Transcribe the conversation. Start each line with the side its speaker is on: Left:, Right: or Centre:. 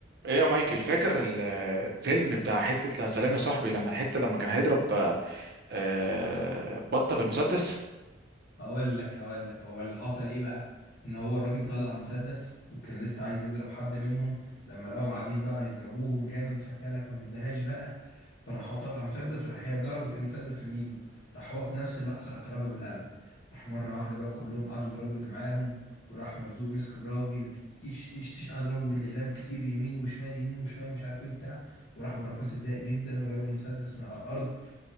Right: ايه يا مايكل فاكر الفيلم بتاع حتة لا سلام يا صاحبي لما الحتة لما كان هيضرب آه، آه، بطة بالمسدس
Left: هقول لك هقول لك هو اللي حصل ايه بقى ان هو الراجل طلع مسدس وكان لسه عايز يضرب حد منهم لما لقاهم قاعدين بقى يضربوهم جامد مش عارف ايه قال لك ما بيديهاش بقى فراح هو طلع مسدس راح هي ضربت المسدس من ايده راح هو في نفس اللحظه راح ضربها بالقلم راح مره واحده بقى كلهم قعدوا يضربوا اللي معاهم وراح مرزوق مسك الراجل تيش تيش تيش قعد يضربه بالاقلام كتير يمين وشمال يمين وشمال ومش عارف ايه وبتاع وراح بركات اتضايق جدا وجاب المسدس من على الارض